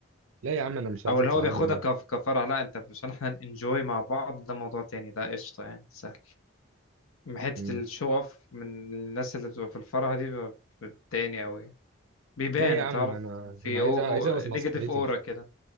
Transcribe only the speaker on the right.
لا يا عم أنا مش عايز
أطلع
أعمل نوم
مم.
لا يا عم
أنا
أنا عايز
عايز
أرقص
مع صاحبتي
مش